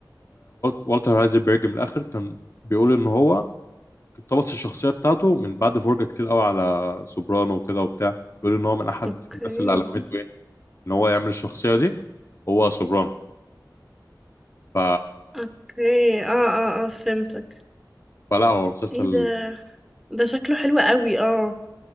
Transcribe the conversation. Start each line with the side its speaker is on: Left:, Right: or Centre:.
Left: والتر هايزنبرج من الاخر كان بيقول ان هو اقتبس الشخصية بتاعته من بعد فرجة كتير قوي على سوبرانو وكده وبتاع بيقول ان هو من احد
Centre: اوكي
Left: الناس اللي علمته ايه ان هو يعمل الشخصية دي هو سوبرانو ف...
Centre: اوكي اه اه اه فهمتك
Left: فلا هو مسلسل
Centre: ايه ده ده شكله حلو قوي اه